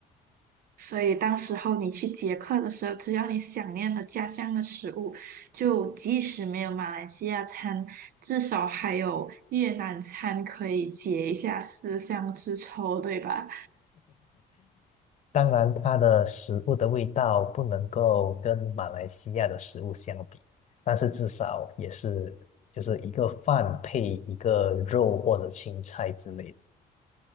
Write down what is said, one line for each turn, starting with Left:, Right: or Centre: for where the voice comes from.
Right: 所以当时候你去捷克的时候，只要你想念了家乡的食物，就即使没有马来西亚餐，至少还有越南餐可以解一下思乡之愁，对吧？
Left: 当然，它的食物的味道不能够跟马来西亚的食物相比，但是至少也是就是一个饭配一个肉或者青菜之类的